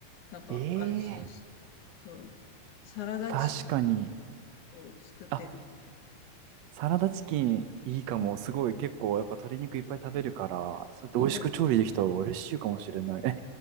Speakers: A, on the left; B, on the right.
A: なんか安心して、
B: ええ
A: そう、サラダチキン
B: 確かに。
A: を作ってたね。
B: あ、サラダチキンいいかも。
A: うん
B: すごい結構やっぱ鶏肉いっぱい食べるから、それって美味しく調理できた方が嬉しいかもしれない。
A: そうだよ。
B: え、